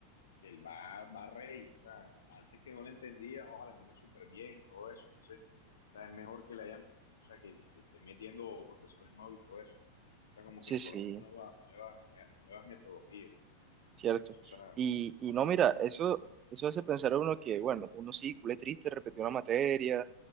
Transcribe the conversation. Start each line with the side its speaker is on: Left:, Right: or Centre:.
Left: que él va, va rey. O sea, antes que no le entendía, ahora la entiende súper bien y todo eso. Entonces, o sea, es mejor que le hayan, o sea, que te estén metiendo profesores nuevos y todo eso. O sea, como
Right: Sí,
Left: que explorando
Right: sí.
Left: nuevas, nuevas, nuevas, nuevas metodologías.
Right: Cierto.
Left: Entonces, o sea,
Right: Y, y
Left: chévere.
Right: no, mira, eso, eso hace pensar a uno que, bueno, uno sí, culé triste, repetió una materia,